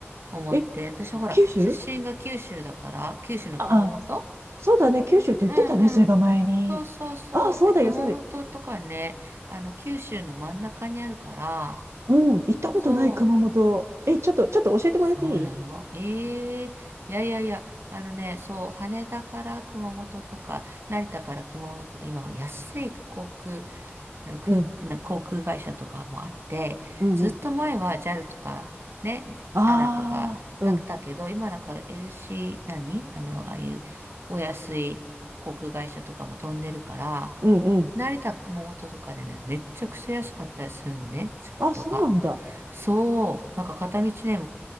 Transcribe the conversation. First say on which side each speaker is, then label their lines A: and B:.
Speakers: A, on the right; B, on the right.
A: 思って、
B: え、
A: 私ほら、
B: 九州
A: 出身が九州だから、九州の熊本
B: あ、あそうだね、九州って言ってたね、
A: うんうん。
B: そういえば前に。
A: そうそうそう。
B: あ、そうだよ、
A: で、熊本とかね、
B: そうだよ。
A: あの、九州の真ん中にあるから、
B: うん、行ったことない熊本。
A: そう。
B: え、ちょっと、ちょっと教えてもらっていい
A: そうなのええいやいやいや、あのね、そう、羽田から熊本とか、成田から熊本とか、今、安い航空、あの空、
B: うん、
A: な航空会社とかもあって、
B: うん、
A: ずっと前は
B: うん。
A: JAL とか、ね、
B: ああ、
A: ANA とかだったけど、
B: うん、
A: 今なんか LC、何あの、ああいうお安い航空会社とかも飛んでるから、
B: うん、うん。
A: 成田、熊本とかでね、めっちゃくちゃ安かったりするのね、チケットが。
B: あ、そうなんだ。
A: そう。なんか片道ね、